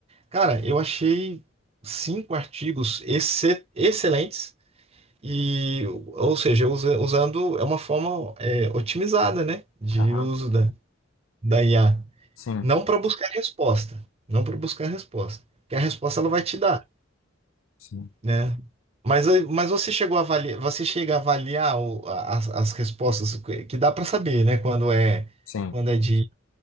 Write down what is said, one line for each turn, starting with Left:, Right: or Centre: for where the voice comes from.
Right: Cara, eu achei cinco artigos exce- excelentes E, ou seja, usa- usando é uma forma é, otimizada, né, de
Left: Aham,
Right: uso da, da IA,
Left: Sim,
Right: não para buscar resposta, não para buscar resposta, porque a resposta ela vai te dar,
Left: sim,
Right: né? Mas, aí- mas você chegou a avaliar, você chega a avaliar o- a- as, as respostas que que dá para saber, né, quando é
Left: sim.
Right: quando é de